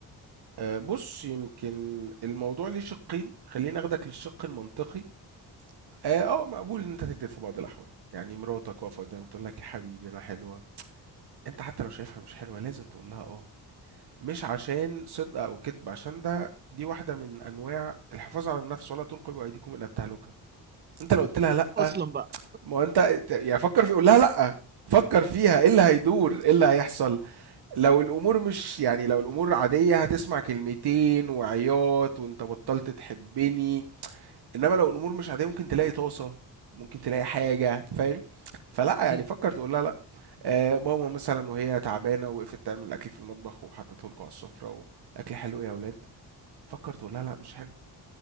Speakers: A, on the right; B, on the right.
A: آه، بص يمكن الموضوع ليه شقين خليني اخدك للشق المنطقي اه آه، مقبول ان انت تكذب في بعض الاحوال يعني مراتك واقفه قدامك تقول لك يا حبيبي انا حلوه انت حتى لو شايفها مش حلوه لازم تقول لها اه مش عشان صدق او كذب عشان ده دي واحده من انواع الحفاظ على النفس ولا تلقوا بايديكم الى التهلكه انت لو قلت لها لا
B: أصلا بقى
A: ما هو انت يعني فكر في قول لها لا فكر فيها ايه اللي هيدور ايه اللي هيحصل لو الامور مش يعني لو الامور عاديه هتسمع كلمتين وعياط وانت بطلت تحبني إنما لو الأمور مش عادية ممكن تلاقي طاسة، ممكن تلاقي حاجة فاهم؟ فلأ، يعني
B: <laughs>
A: فكّر تقول لها لأ. آآ ماما مثلًا وهي تعبانة وقفت تعمل الأكل في المطبخ وحطّته لكم على السفرة والأكل حلو يا ولاد، فكّر تقول لها لأ مش حلو،